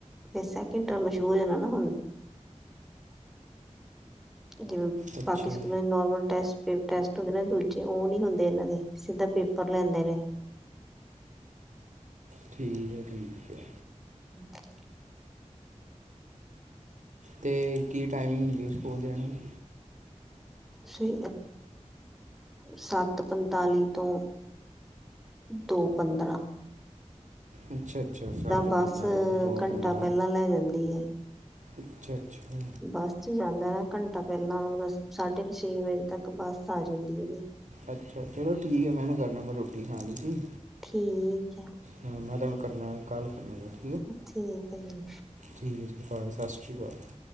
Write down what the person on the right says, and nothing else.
ਅੱਛਾ
ਠੀਕ ਐ-ਠੀਕ ਐ।
ਤੇ ਕੀ ਟਾਈਮਿੰਗ ਹੁੰਦੀ ਸਕੂਲ ਦੀ ਇਨਾਂ ਨੂੰ।
ਅੱਛਾ-ਅੱਛਾ, ਸੱਤ-ਪੰਤਾਲੀ
ਤੋ ਦੋ-ਪੰਦਰਾਂ।
ਅੱਛਾ-ਅੱਛਾ।
ਅੱਛਾ ਚਲੋ ਠੀਕ ਐ, ਮੈਂ ਹੁਣੇ ਕਰਨਾ ਮੈਂ ਰੋਟੀ ਖਾਣੀ ਸੀ।
ਹਾਂ ਮੈਂ ਤੁਹਾਨੂੰ ਕਰਨਾ, ਕਾਲ ਕਰਨਾ ਜਰਾ।
ਠੀਕ ਹੈ ਜੀ ਭਾਏ ਸਤਿ ਸ਼੍ਰੀ ਅਕਾਲ।